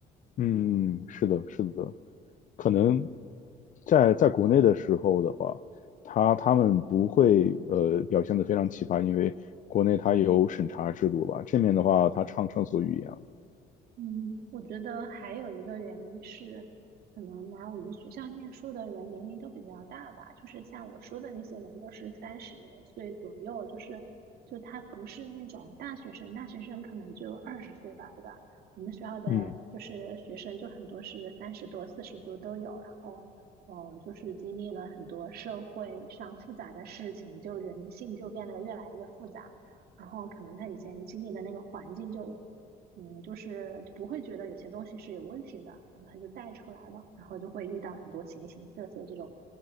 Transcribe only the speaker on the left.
嗯，嗯是的，是的，可能在在国内的时候的话，他他们不会呃表现的非常奇葩，因为国内它有审查制度吧，这面的话，他畅上所欲言
嗯。